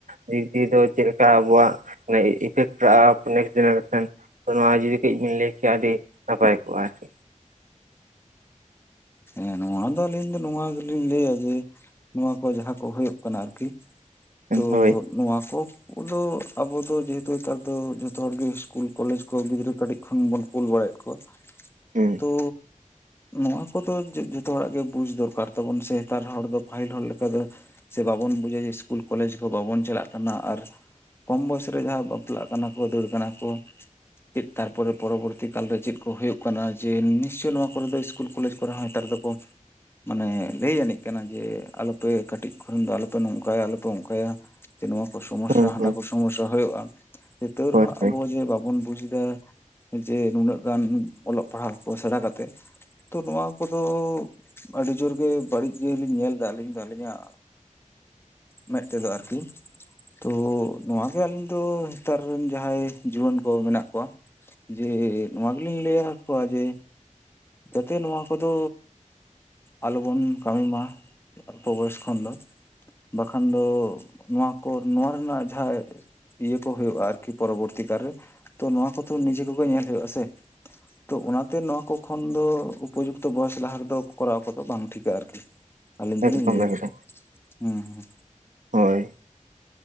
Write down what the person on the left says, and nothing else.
ᱦᱮᱸ ᱱᱚᱣᱟ ᱫᱚ ᱟᱹᱞᱤᱧ ᱫᱚ ᱱᱚᱣᱟ ᱫᱚᱤᱧ ᱞᱟᱹᱭᱟ ᱡᱮ ᱱᱚᱣᱟ ᱠᱚ ᱡᱟᱦᱟᱸ ᱠᱚ ᱦᱩᱭᱩᱜ ᱠᱟᱱᱟ ᱟᱨᱠᱤ ᱛᱚ
ᱱᱚᱣᱟ ᱠᱚ᱾ ᱠᱚ ᱫᱚ ᱟᱵᱚ ᱫᱚ ᱡᱮᱦᱮᱛᱩ ᱱᱮᱛᱟᱨ ᱫᱚ, ᱡᱚᱛᱚ ᱦᱚᱲᱜᱮ ᱥᱤᱥᱠᱩᱞ ᱠᱚᱞᱮᱡᱽ ᱠᱚ ᱜᱤᱫᱽᱨᱟᱹ ᱠᱟᱹᱴᱤᱡ ᱠᱷᱚᱱ ᱵᱚᱱ ᱠᱩᱞ ᱵᱟᱲᱟᱭᱮᱫ ᱠᱚᱣᱟ
ᱛᱚ ᱱᱚᱣᱟ ᱠᱚᱫᱚ ᱡᱚ ᱡᱚ ᱡᱚᱛᱚᱣᱟᱜ ᱜᱮ ᱵᱩᱡ ᱫᱚᱨᱠᱟᱨ ᱛᱟᱵᱚᱱ ᱥᱮ, ᱱᱮᱛᱟᱨ ᱦᱚᱲ ᱫᱚ ᱯᱟᱹᱦᱤᱞ ᱦᱚᱲ ᱞᱮᱠᱟ ᱫᱚ ᱥᱮ ᱵᱟᱵᱚᱱ ᱵᱩᱡᱟ ᱥᱠᱩᱞ ᱠᱚᱞᱮᱡᱽ ᱠᱚ ᱵᱟᱵᱚᱱ ᱪᱟᱞᱟᱜ ᱠᱟᱱᱟ ᱟᱨ ᱠᱚᱢ ᱵᱚᱭᱚᱥ ᱨᱮ ᱡᱟᱦᱟᱸ ᱵᱟᱯᱞᱟᱜ ᱠᱟᱱᱟ ᱠᱚ ᱫᱟᱹᱲ ᱠᱟᱱᱟ ᱠᱚ ᱪᱮᱫ ᱛᱟᱨᱯᱚᱨᱮ ᱯᱚᱨᱚᱵᱚᱨᱛᱤ ᱠᱟᱞᱨᱮ ᱪᱮᱫ ᱠᱚ ᱦᱩᱭᱩᱜ ᱠᱟᱱᱟ, ᱡᱮ ᱱᱤᱥᱪᱚᱭ ᱱᱚᱣᱟ ᱠᱚᱨᱮ ᱫᱚ ᱤᱥᱠᱩᱞ ᱠᱚᱞᱮᱡᱽ ᱠᱚᱨᱮ ᱦᱚᱸ ᱱᱮᱛᱟᱨ ᱫᱚ ᱠᱚ ᱢᱟᱱᱮ ᱞᱟᱹᱭ ᱟᱹᱱᱤᱡ ᱠᱟᱱᱟ ᱡᱮ, ᱟᱞᱚᱯᱮ ᱠᱟᱹᱴᱤᱡ ᱠᱷᱚᱱ ᱫᱚ ᱟᱞᱚᱯᱮ ᱱᱚᱝᱠᱟᱭᱟ ᱟᱞᱚᱯᱮ ᱚᱝᱠᱟᱭᱟ᱾ ᱡᱮ ᱱᱚᱣᱟ ᱠᱚ ᱥᱚᱢᱚᱥᱥᱟ
ᱦᱟᱱᱟ
ᱠᱚ ᱥᱚᱢᱚᱥᱥᱟ ᱦᱳᱭᱳᱜᱼᱟ᱾ ᱛᱟᱹᱣ
ᱨᱮᱦᱚᱸ
ᱟᱵᱚ ᱡᱮ ᱵᱟᱵᱚᱱ ᱵᱩᱡᱫᱟ ᱡᱮ, ᱱᱩᱱᱟᱹᱜ ᱜᱟᱱ ᱚᱞᱚᱜ ᱯᱟᱲᱦᱟᱣ ᱠᱚ ᱥᱮᱬᱟ ᱠᱟᱛᱮᱜ᱾ ᱛᱚ ᱱᱚᱣᱟ ᱠᱚᱫᱚ ᱟᱹᱰᱤ ᱡᱳᱨ ᱜᱮ ᱵᱟᱹᱲᱤᱡ ᱜᱮᱞᱤᱧ ᱧᱮᱞ ᱨᱫᱟ ᱟᱹᱞᱤᱧ ᱫᱚ ᱟᱹᱞᱤᱧᱟᱜ ᱢᱮᱫ ᱛᱮᱫᱚ ᱟᱨᱠᱤ᱾ ᱛᱚ ᱱᱚᱣᱟ ᱜᱮ ᱟᱹᱞᱤᱧ ᱫᱚ ᱱᱮᱛᱟᱨ ᱨᱮᱱ ᱡᱟᱦᱟᱸᱭ ᱡᱩᱣᱟᱹᱱ ᱠᱚ ᱢᱮᱱᱟᱜ ᱠᱚᱣᱟ ᱡᱮ ᱱᱚᱣᱟ ᱜᱮᱞᱤᱧ ᱞᱟᱹᱭ ᱟᱠᱚᱣᱟ ᱡᱮ ᱡᱟᱛᱮ ᱱᱚᱣᱟ ᱠᱚᱫᱚ ᱟᱞᱚᱵᱚᱱ ᱠᱟᱹᱢᱤ ᱢᱟ ᱚᱞᱯᱚ ᱵᱚᱭᱚᱥ ᱠᱷᱚᱱ ᱫᱚ᱾ ᱵᱟᱠᱷᱟᱱ ᱫᱚ ᱱᱚᱣᱟ ᱠᱚ ᱱᱚᱣᱟ ᱨᱮᱱᱟᱜ ᱡᱟᱦᱟᱸ ᱤᱭᱟᱹ ᱠᱚ ᱦᱳᱭᱳᱜᱼᱟ ᱟᱨᱠᱤ ᱯᱚᱨᱚᱵᱚᱨᱛᱤ ᱠᱟᱞᱨᱮ ᱛᱚ ᱱᱚᱣᱟ ᱠᱚᱛᱚ ᱱᱤᱡᱮ ᱠᱚᱜᱮ ᱧᱮᱞ ᱦᱳᱭᱳᱜ-ᱟ ᱥᱮ ᱛᱚ ᱚᱱᱟᱛᱮ ᱱᱚᱣᱟ ᱠᱚ ᱛᱚᱠᱷᱚᱱ ᱫᱚ ᱩᱯᱚᱡᱩᱠᱛᱚ ᱵᱚᱭᱮᱥ ᱞᱟᱦᱟ ᱨᱮᱫᱚ ᱠᱚᱨᱟᱣ ᱠᱚᱫᱚ ᱵᱟᱝ ᱴᱷᱤᱠᱟ ᱟᱨᱠᱤ ᱟᱹᱞᱤᱧ ᱫᱚᱞᱤᱧ
ᱞᱟᱹᱭᱟ,
ᱦᱮᱸ ᱦᱮᱸ᱾